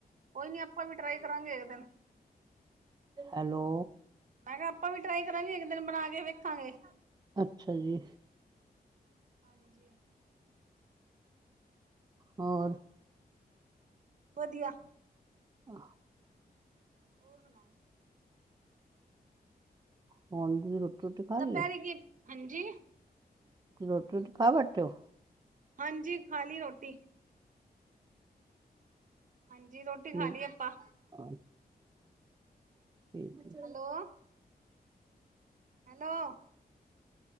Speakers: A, on the right; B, on the right.
A: ਕੋਈ ਨੀ ਆਪਾਂ ਵੀ ਟਰਾਈ ਕਰਾਂਗੇ ਇੱਕ ਦਿਨ।
B: ਹੈਲੋ।
A: ਮੈਂ ਕੇਆ ਆਪਾਂ ਵੀ ਟਰਾਈ ਕਰਾਂਗੇ ਏਕ ਦੇਨ ਬਣਾ ਕੇ ਵੇਖਾਂਗੇ।
B: ਅੱਛਾ ਜੀ।
A: ਹਾਂਜੀ।
B: ਹੋਰ?
A: ਵਦੀਆ।
B: ਆ
A: ਹੋਰ ਸੁਣਾਓ?
B: <unintelligible>
A: ਦਪੈਰੇ
B: ਲਈਏ,
A: ਕੀ ਹਾਂਜੀ
B: ਰੋਟੀ ਰੋਟੀ ਖਾ ਬੈਠੇ ਓ?
A: ਹਾਂਜੀ ਖਾ ਲੀ ਰੋਟੀ ਹਾਂਜੀ ਰੋਟੀ ਖਾ
B: ਨੀ
A: ਲਈ ਆਪਾਂ
B: ਆ ਠੀਕ ਏ।
A: ਹੈਲੋ। ਹੈਲੋ।